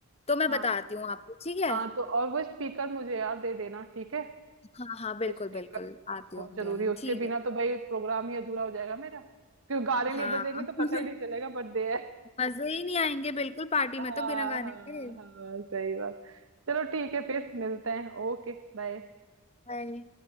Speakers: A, on the left; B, on the right.
A: तो मैं
B: हाँ
A: बताती हूँ आपको ठीक है
B: हाँ तो और वो स्पीकर मुझे यार दे देना ठीक है
A: हाँ हाँ बिल्कुल
B: स्पीकर
A: बिल्कुल
B: हाँ
A: आती
B: बहुत
A: हूँ मैं
B: जरूरी
A: देने
B: है उसके
A: ठीक
B: बिना
A: है
B: तो भाई प्रोग्राम ही अधूरा हो जाएगा मेरा क्यों गाने
A: हाँ
B: नहीं बजेंगे तो
A: <laughs>
B: पता ही नहीं चलेगा बर्थडे है
A: मजे ही नहीं आएंगे बिल्कुल पार्टी
B: हाँ
A: में तो बिना गाने
B: हाँ
A: के
B: हाँ सही बात चलो ठीक है फिर मिलते हैं ओके बाय
A: हाय।